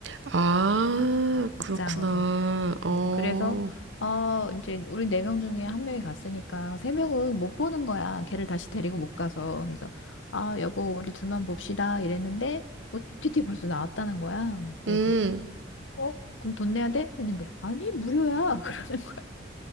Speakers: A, on the right; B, on the left.
A: 아, 그렇구나.
B: 극장으로.
A: 어.
B: 음, 그래서 어 이제 우리 네 명 중에 한 명이 갔으니까 세 명은 못 보는 거야. 걔를 다시 데리고 못 가서. 그래서 아, 여보, 우리 둘만 봅시다 이랬는데 OTT 벌써 나왔다는 거야. 그래서
A: 음.
B: 어? 그럼 돈 내야 돼? 했는데 아니, 무료야. <laughs> 그러는 거야.